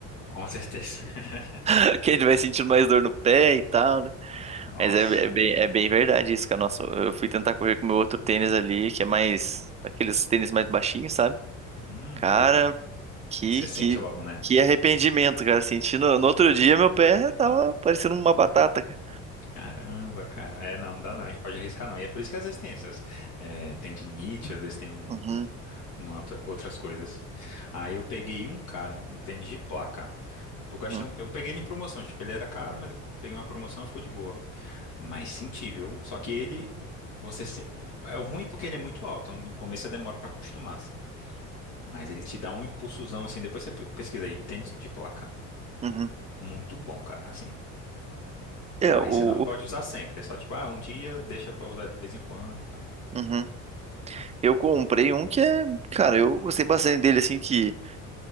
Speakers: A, on the left (about 65°); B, on the right (about 20°).
A: com certeza. <laughs>
B: <laughs> Que a gente vai sentindo mais dor no pé e tal, né?
A: Nossa,
B: Mas é, é bem, é bem verdade isso, cara. Nossa, eu fui tentar correr com o meu outro tênis ali, que é mais... Aqueles tênis mais baixinhos, sabe?
A: hum,
B: Cara,
A: horrível.
B: que,
A: Você sente
B: que,
A: logo, né?
B: que arrependimento, cara. Senti no, no outro dia meu pé tava parecendo uma batata, cara.
A: Caramba, cara. É, não, não dá não. A gente pode arriscar não. E é por isso que às vezes tem essas. É, tem tendinite, às vezes tem um,
B: Uhum,
A: um- uma outra- outras coisas. Aí eu peguei um, cara, um tênis de placa. Tipo, eu gastei
B: uhum,
A: um- eu peguei ele em promoção. Tipo, ele era caro, mas eu co- peguei uma promoção e ficou de boa. Mas senti, viu? Só que ele, você se... É o ruim porque ele é muito alto. No começo você demora pra acostumar, assim. Mas ele te dá um impulsozão, assim. Depois você pe- pesquisa aí, tênis de placa.
B: uhum.
A: Muito bom, cara, assim.
B: É,
A: Mas
B: o...
A: você não pode
B: o-
A: usar sempre. É só tipo, ah, um dia deixa pra usar de vez em quando e tal.
B: Uhum. Eu comprei um que é... Cara, eu gostei bastante dele, assim, que...